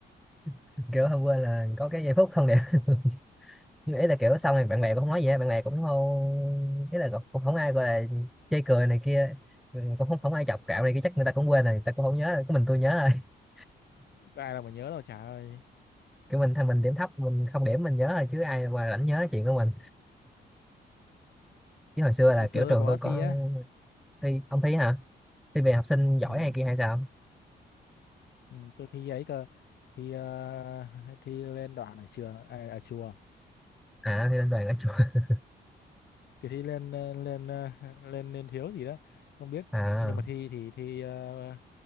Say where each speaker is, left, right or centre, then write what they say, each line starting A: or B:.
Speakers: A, in the centre; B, on the left (about 70°).
A: <laughs> kiểu không quên là có cái giây phút không đẹp <laughs> nhưng ý là kiểu xong rồi bạn bè cũng không nói gì á bạn bè cũng không ý là cũng cũng không ai gọi là chê cười này kia Ừ, cũng không không ai chọc cạo này kia chắc người ta cũng quên rồi người ta cũng không nhớ rồi có mình tôi nhớ rồi <laughs>
B: ai là mà nhớ đâu trời ơi
A: kiểu mình thằng mình điểm thấp mình không điểm mình nhớ rồi chứ ai mà rảnh nhớ chuyện của mình chứ hồi xưa là
B: hồi xưa
A: kiểu
B: tôi
A: trường
B: có
A: tôi có
B: thi á
A: thi ông thi hả thi về học sinh giỏi
B: ừ,
A: hay kia hay sao
B: ừ, tôi thi ấy cơ thi ờ, <laughs> thi lên đoạn ở trường à, ở chùa
A: à thi lên đoàn ở chùa <laughs>
B: thì thi lên ờ, lên ờ, lên lên thiếu gì đó không biết
A: à,
B: nhưng mà thi thì thi ờ,